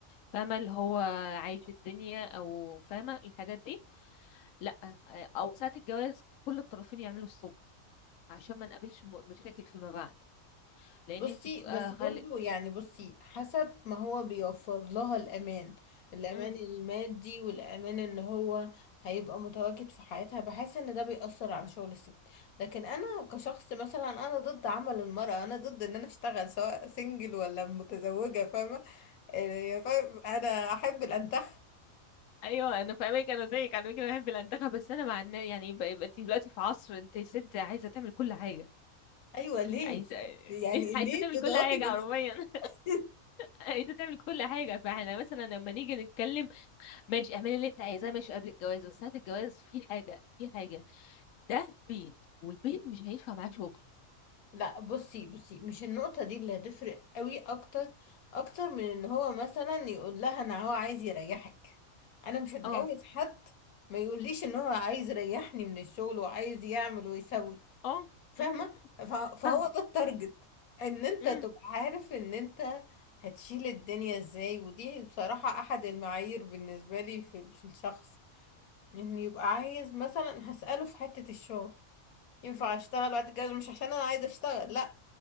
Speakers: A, on the left (about 70°); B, on the left (about 85°).
A: فاهمه اللي هو عايش الدنيا او فاهمه الحاجات دي لا او ساعة الجواز كل الطرفين يعملوا الصب عشان ما نقابلش م- مشاكل فيما بعد لان
B: بصي
A: انت
B: بس
A: آه
B: برضو
A: خالق
B: يعني بصي حسب ما هو بيوفر لها الأمان الأمان
A: مم.
B: المادي والأمان إن هو هيبقى متواجد في حياتها بحس إن ده بيأثر على شغل الست لكن أنا كشخص مثلا أنا ضد عمل المرأة أنا ضد إن أنا أشتغل سواء سنجل ولا متزوجة فاهمة آه، فاهم أنا أحب الأنتخ
A: ايوه انا فاهمك انا زيك على فكره بحب الانتخاب بس انا مع النا... يعني يبقى يبقى انت دلوقتي في عصر انت ست عايزه تعمل كل حاجه
B: أيوة ليه
A: عايزه
B: يعني
A: <laughs>
B: ليه
A: عايزه تعمل
B: تضغطي
A: كل حاجه
B: نفسك
A: حرفيا <laughs>
B: <laughs>
A: عايزه تعمل كل حاجه فاحنا مثلا لما نيجي نتكلم ماشي اعملي اللي انت عايزاه ماشي قبل الجواز بس ساعه الجواز في حاجه في حاجه ده بيت والبيت مش هينفع معاه شغل
B: لا بصي بصي مش النقطة دي اللي هتفرق قوي اكتر اكتر من ان هو مثلا يقول لها انا هو عايز يريحك انا مش هتجوز
A: اه
B: حد ما يقوليش ان هو عايز يريحني من الشغل وعايز يعمل ويسوي
A: اه
B: فاهمة
A: م- م.
B: ف- فهو
A: فاهمة
B: ده التارجت ان انت
A: مم.
B: تبقى عارف ان انت هتشيل الدنيا ازاي ودي بصراحة احد المعايير بالنسبة لي في في الشخص ان يبقى عايز مثلا هسأله في حتة الشغل ينفع
A: مم.
B: اشتغل بعد الجواز مش عشان انا عايزة اشتغل لا